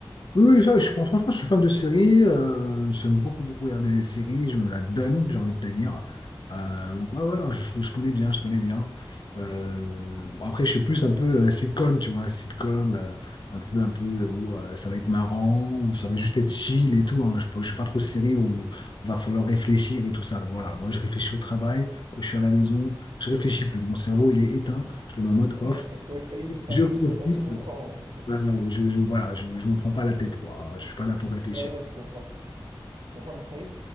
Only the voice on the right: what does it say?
<laughs> Ouais, Steve.
<laughs> Ouais, je comprends. Ouais,
ouais, ouais, je comprends, je comprends. Je comprends, mais Steve.